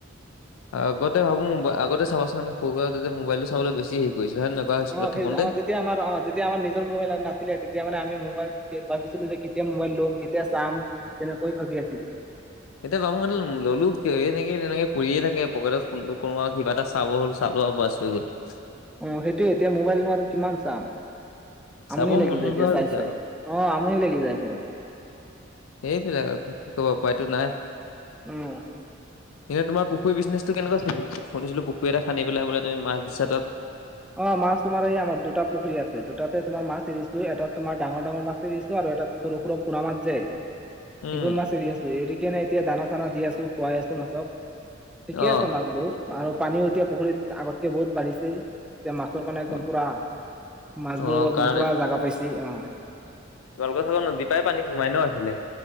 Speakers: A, on the left; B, in the centre.
A: আগতে ভাবো, মোব আগতে চাবাচোন আমি <unintelligible> মোবাইলটো চাবলৈ বেছি হৰি কৰিছিলো হয় নহয়। কোৱা, স্কুলত
B: অ', <unintelligible>
A: থাকোতে
B: তেতিয়া আমাৰ অ', তেতিয়া আমাৰ নিজৰ মোবাইল নাছিলে, তেতিয়া মানে আমি মোবাইল ভাবিছিলো যে কেতিয়া মোবাইল ল'ম কেতিয়া চাম। তেনেকৈ ভাবি আছিলো।
A: <unintelligible> চালো <unintelligible>
B: অ', সেইটোয়ে, এতিয়া মোবাইলনো আৰু কিমান চাম। আমনি
A: চাব
B: লাগি
A: মন
B: যায়
A: নোযোৱা
B: এতিয়া
A: হৈ
B: চাই
A: গৈছে
B: চাই,
A: আৰু
B: অ' আমনি লাগি যায় একবাৰে।
A: <unintelligible> কি ক'ব উপায়তো নাই।
B: উম।
A: এতিয়া তুমাৰ পুখুৰিটো বিজনেছতো কেনেকুৱা চলি আছে, শুনিছিলো পুখুৰী এটা খান্দি পেলাই বোলে তুমি মাছ দিছা তাত।
B: অ', মাছ তোমাৰ এই আমাৰ দুটা পুখুৰী আছে, দুটাতে তোমাৰ মাছ এৰিছো এটাত তোমাৰ ডাঙৰ ডাঙৰ মাছ এৰিছো, আৰু এটাত সৰু সৰু পুনা মাছ যে সেইবোৰ
A: উম,
B: মাছ এৰি আছো, এৰি কিনাই এতিয়া দানা চানা দি আছো, খুৱাই আছো মাছক। ঠিকে
A: অহ।
B: আছে মাছবোৰ, আৰু পানীও এতিয়া পুখুৰীত আগতকে বহুত বাঢ়িছে। এতিয়া মাছৰ কাৰণে, একদম
A: অ',
B: পুৰা মাছ
A: অ
B: বোৰে একদম
A: কাৰণ
B: পুৰা জাগা পাইছে অ'।
A: তোমালোকৰ ফালৰ নদীৰ পাই পানী সোমাই ন' সেইফালে?